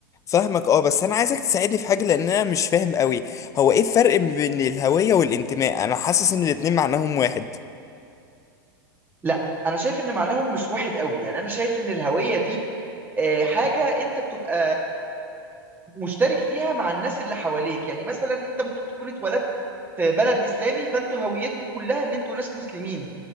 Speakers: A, on the left; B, on the right.
A: فاهمك اه بس انا عايزك تساعدني في حاجه لان انا مش فاهم قوي هو ايه الفرق بين الهويه والانتماء انا حاسس ان الاتنين معناهم واحد
B: لا انا شايف ان معناهم مش واحد قوي يعني انا شايف ان الهوية دي آه، حاجة انت بتبقى مشترك فيها مع الناس اللي حواليك يعني مثلا انت ممكن تكون اتولدت في بلد اسلامي فانتوا هويتكم كلها ان انتوا ناس مسلمين